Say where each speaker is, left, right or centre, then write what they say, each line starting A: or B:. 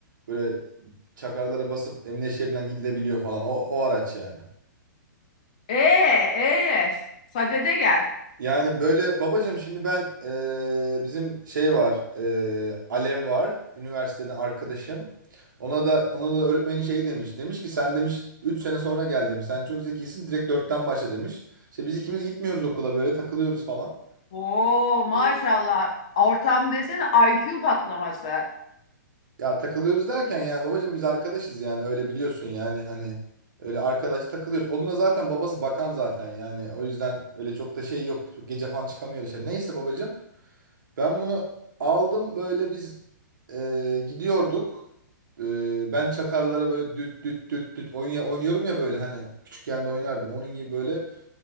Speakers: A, on the right; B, on the left.
A: Böyle çakarlara basıp emniyet şeridinden gidilebiliyor falan o, o araç yani.
B: Ee, ee, sadede gel.
A: Yani böyle babacığım şimdi ben ee, bizim şey var ee, Alev var üniversiteden arkadaşım. Ona da ona da öğretmeni şey demiş. Demiş ki sen demiş 3 sene sonra gel demiş. Sen çok zekisin direkt dörtten başla demiş. İşte biz ikimiz gitmiyoruz okula böyle takılıyoruz falan.
B: Oo, maşallah.
A: Ee,
B: Ortam desene IQ patlaması.
A: Ya takılıyoruz derken yani babacığım biz arkadaşız yani öyle biliyorsun yani hani öyle arkadaş takılıyoruz. Onun da zaten babası bakan zaten yani o yüzden öyle çok da şey yok. Çok gece falan çıkamıyor dışarı. Neyse babacığım ben bunu aldım böyle biz e, gidiyorduk. E, ben çakarlara böyle düt düt düt düt oynay oynuyorum ya böyle hani küçükken de oynardım. Onun gibi böyle